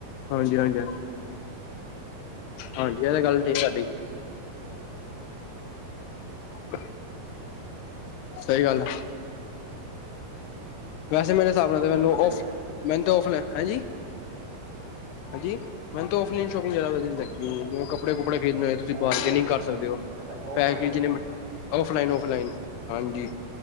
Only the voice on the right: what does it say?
ਅੱਛਾ।
ਤੁਸੀਂ
ਕਿਵੇਂ ਮਿਲਦੇ
ਹੋ
ਔਨਲਾਈਨ
ਅੱਛਾ ਔਫਲਾਈਨ।